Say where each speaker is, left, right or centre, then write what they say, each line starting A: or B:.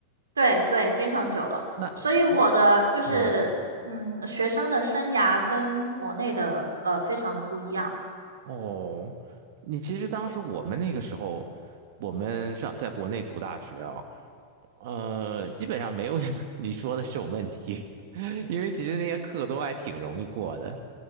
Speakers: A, on the right; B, on the right.
A: 对对，非常久了。
B: 那不，
A: 所以我的就是嗯，
B: 嗯，
A: 学生的生涯跟国内的呃非常的不一样。
B: 哦，你其实当时我们那个时候，我们上在国内读大学啊，呃，基本上没有 <laughs> 你说的这种问题，<laughs> 因为其实那些课都还挺容易过的。